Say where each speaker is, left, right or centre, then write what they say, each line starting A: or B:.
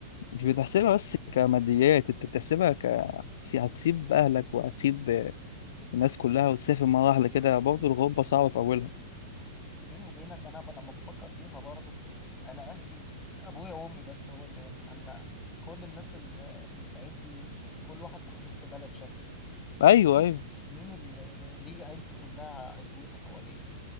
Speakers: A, on the left (about 65°); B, on the left (about 20°).
A: مش بتحسبها بس كماديات انت بتحسبها ك هتسيب اهلك وهتسيب الناس كلها وتسافر مرة واحدة كده برضه الغربة صعبة في اولها
B: <laughs> بس بيني وبينك انا ب- لما بفكر فيها برضه انا اهلي ابويا وامي بس هو اللي هنا اما كل الناس اللي اللي في عيلتي كل واحد محدود في بلد شكل
A: ايوه
B: مين
A: ايوه
B: مين اللي ليه عيلته كلها عزوته حواليه